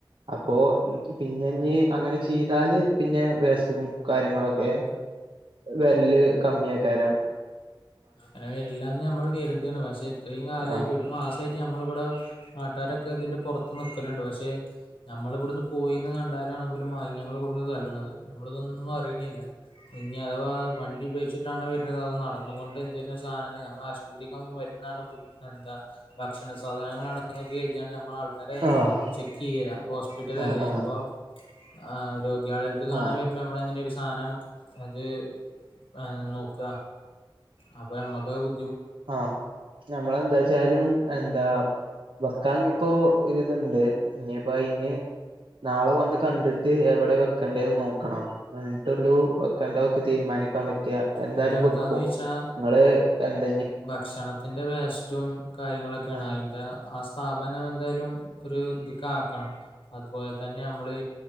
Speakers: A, on the right; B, on the left.
A: അപ്പോ പിന്നെ ഇനി അങ്ങനെ ചെയ്താല് പിന്നെ വേസ്റ്റും കാര്യങ്ങളൊക്കെ വരല് കമ്മിയക്കാരം
B: അങ്ങനെ വരില്ലാന്ന് ഞമ്മൾ കരുതാണ് പക്ഷെ ഇത്രയും കാലമായിട്ട്
A: ആഹ്
B: ഒരു മാസം ട്ട് നമ്മളിവിടെ നാട്ടുകാരൊക്കെ ഇതിന്റെ പൊറത്ത് നിക്കലുണ്ട് പക്ഷെ നമ്മളിവിടുന്ന് പോയിന്ന് കണ്ട രാണ് മാലിന്യങ്ങള് കൊണ്ടന്നു തള്ളണത് നമ്മള് ഇതൊന്നും അറിയണില്ല ഇനി അഥവാ വണ്ടിപയോഗിച്ചിട്ടാണ് വരുന്നത് അതോന്നും നട അതുകൊണ്ട് എന്തേലും സാധനങ്ങൾ നമ്മള് ആശുപത്രി വരുന്നാണ് എന്താ ഭക്ഷണ സാധനങ്ങളാണ് കേര്ഥിയാണ് ഞമ്മള് ചുമ്മാ ആൾക്കാരെ
A: ആഹ്
B: ചെക്ക് ചെയ്യലാ ഹോസ്പിറ്റലല്ലേ
A: ആഹ് ആഹ്
B: അപ്പൊ ആ രോഗി യാളടുത്ത് കാണാൻ
A: ആഹ്
B: വരുമ്പോ നമ്മള് എങ്ങനെ ഒരു സാധനം അത് ഏ നോക്കാ അപ്പ ഞമക്ക് അത് ബു
A: ആഹ ഞമ്മള് എന്താ ചെ വച്ചാലും എന്താ വക്കാനിപ്പോ ഒരു ഇതുണ്ട് ഇനിപ്പോ അയിന് നാളെ വന്ന് കണ്ടിട്ട് എവിടെ വെക്കണ്ടേന്ന് നോക്കണം എന്നിട്ടുള്ളൂ വെക്കേണ്ടതൊക്കെ തീരുമാനിക്കാൻ പറ്റും എന്തായാലും
B: ഇതിപ്പോ എന്താന്ന്
A: വെക്കും
B: വെച്ചാ
A: നിങ്ങള് എന്ത
B: ഭക്ഷണത്തിന്റെ വേസ്റ്റും കാര്യങ്ങളൊക്കെയാണ്
A: ആഹ്
B: അതിന്റെ ആ സ്ഥാപനം എന്തായാലും ഒരു ദിക്കാക്കണം അതുപോലെ തന്നെ ഞമ്മള്